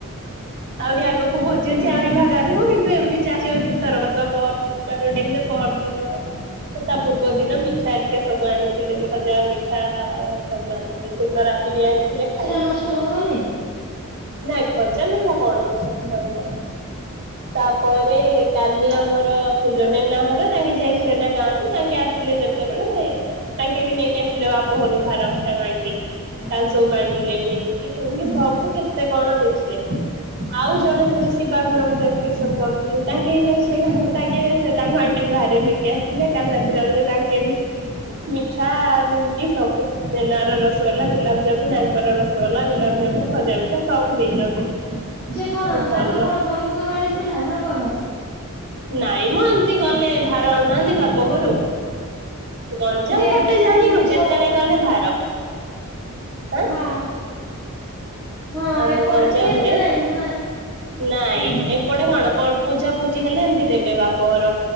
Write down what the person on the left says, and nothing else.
ହୁଁ
ହୁଁ।
ସେରା ନଷ୍ଟ ହବନି?
ହୁଁ
ହୁଁ।
ହଁ
ଯେ କଣ
ତାଙ୍କର
କଣ ପର୍ବପର୍ବାଣୀ ଥିଲା ନା କଣ?
ଯେ
ବେଶୀ
ସ
ହଁ
ହଁ। ହଁ
ଏପଟରେ
ଟିକେ ଏତେ ନାହିଁ ନା ହୁଁ।